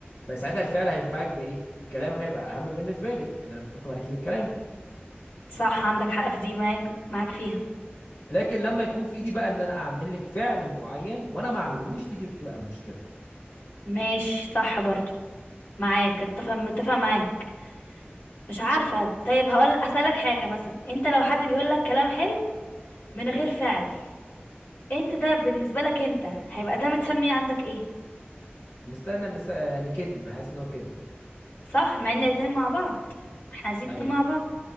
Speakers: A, on the left (about 80°); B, on the left (about 55°).
A: فساعتها الفعل هينفعك بايه الكلام هيبقى اهم بالنسبه لك ان انا بطبطب عليكي بالكلام
B: صح عندك حق في دي معاك معاك فيها
A: لكن لما يكون في ايدي بقى ان انا اعمل لك فعل معين وانا ما اعملهوش دي تبقى تبقى المشكله
B: ماشي صح برضو معاك اتفق متفق معاك مش عارفة طيب هقول أسألك حاجة مثلا انت لو حد بيقول لك كلام حلو من غير فعل انت ده بالنسبة لك انت هيبقى ده متسمي عندك ايه
A: مستنى مس... يعني كدب بحس ان هو كدب
B: صح مع ان الاتنين مع بعض احنا عايزين
A: ايوه
B: اتنين مع بعض